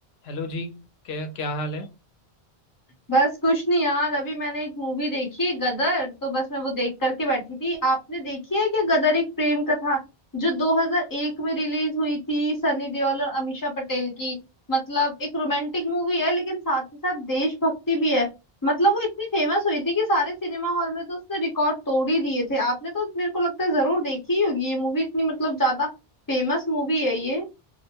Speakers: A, on the left; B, on the left.
A: Hello जी क्या क्या हाल है
B: बस कुछ नहीं यार अभी मैंने एक मूवी देखी गदर तो बस मैं वो देख करके बैठी थी आपने देखी है क्या गदर एक प्रेम कथा जो 2001 में रिलीज हुई थी सनी देओल और अमीषा पटेल की मतलब एक रोमांटिक मूवी है लेकिन साथ ही साथ देशभक्ति भी है मतलब वो इतनी फेमस हुई थी कि सारे सिनेमा हॉल में तो उसने रिकॉर्ड तोड़ ही दिए थे आपने तो मेरे को लगता है जरूर देखी ही होगी ये मूवी इतनी मतलब ज्यादा फेमस मूवी है ये